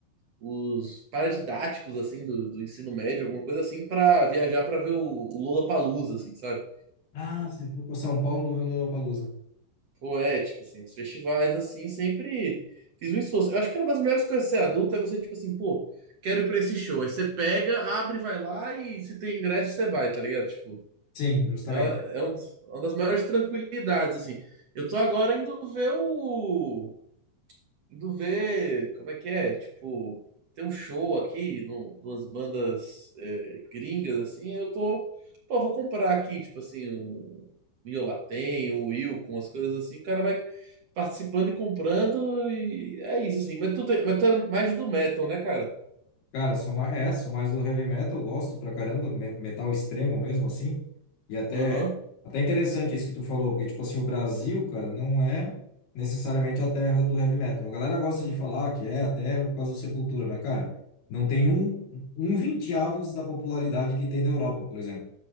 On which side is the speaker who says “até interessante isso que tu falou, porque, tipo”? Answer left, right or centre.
Left